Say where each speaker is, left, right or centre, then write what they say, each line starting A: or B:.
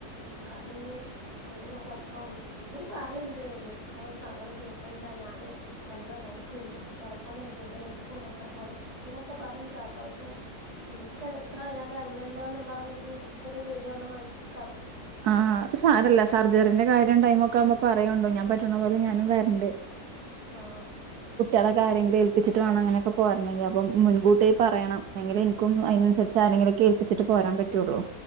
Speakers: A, on the right; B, on the right.
A: കാരണം ഇനി ആരെങ്കിലും ഒക്കെ ഒപ്പം ഇവര് പറയണ്ട് <unintelligible> ഒരു സങ്കടം കരുതണ്ട ഞാ ണ് നല്ല നോക്കും ഇന്റെ കുട്ട് കുട്ട്യേളെ പോലെ <unintelligible> ഇൻക്കുണ്ട് ഇത്ര പോന്ന കുട്ടിന്നൊക്കെ പറേണ്ട് <unintelligible> പക്ഷെ ഇൻക്ക് എത്ര ആയാലും അല്ലല്ലോ എന്നുള്ള ആ ഒരു ഇതിങ്ങനെ വെരാണ് മനസ്സ്
B: ആ സാരവില്ല സർജറീന്റെ കാര്യം ഒണ്ടായ ക്കൂന്ന് പറയുന്നുണ്ട് ഞാൻ പറ്റണ പോലെ ഞാനും വരണ്ട്
A: ആ
B: കളുടെ കാര്യങ്ങൾ ഏൽപ്പിച്ചിട്ട് വേണം അങ്ങനൊക്കെ പോരണെങ്കിൽ അപ്പം മുൻകൂട്ടി പറയണം എങ്കിലേ എനിക്കും അതിനനുസരിച്ച് സാധനങ്ങളൊക്കെ ഏൽപ്പിച്ചിട്ട് പോരാൻ പറ്റുള്ളൂ